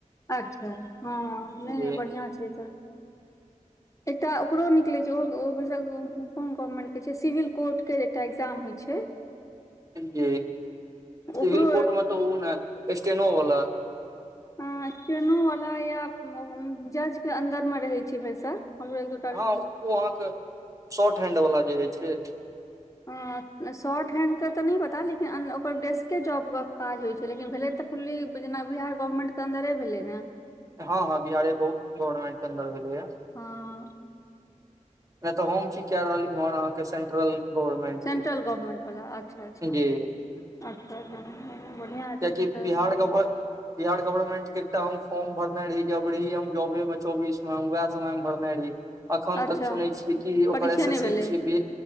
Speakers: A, on the left; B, on the right.
A: अच्छा हँ नहि
B: जी
A: नहि बढ़िआँ छै तऽ
B: <inaudible>
A: एकटा ओकरो निकलै छै ओ ओ भैरसक कोन गवर्नमेन्टके छै सिविल कोर्टके एकटा एग्जाम होइ छै
B: जी सिविल
A: ओकरो
B: कोट मऽ तऽ ऊना स्टेनो वाला
A: हँ स्टेनो वाला या जज के अन्दर मे रहे छय भरिसाक हमरो एक दु टा
B: हँ ओ अहाँके शॉर्ट हैण्ड वाला जे होइ छैय
A: हँ शॉर्ट हैण्डके तऽ नहि पता लेकिन ने ओकर बेसिके जॉबके काज होइ छै लेकिन भेलै तऽ फुली बुझनाई जेना बिहार गवर्नमेंन्ट के अंन्दरे भेलै नऽ
B: हँ हँ बिहारे गवर्नमेंन्ट के अंन्दर भेले ओय
A: हँ
B: नहि तऽ हम कि कऽ रहल इम्हर अहाँके सेंट्रल गवर्नमेंट
A: सेंट्रल
B: के
A: गवर्नमेंन्ट वाला अच्छा अच्छा
B: जी
A: अच्छा अच्छा बढ़िआँ
B: कियाकि
A: तखन तऽ
B: <unintelligible> बिहार गवर्नमेंट के एकटा हम फॉर्म भरने रही अबरी हम जौबे में चौबीस में हम वएह समय भरने रहि एखन
A: अच्छा
B: तक सुनै छियै कि
A: परीक्षे
B: ओकर एस एस
A: नहि
B: सी
A: भेलै
B: छियै B